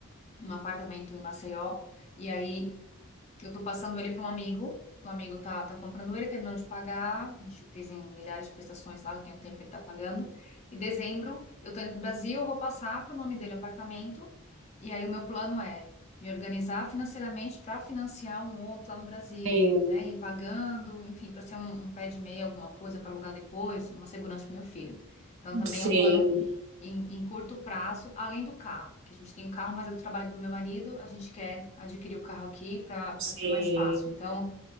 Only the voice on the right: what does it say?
tem,
sim.
Sim.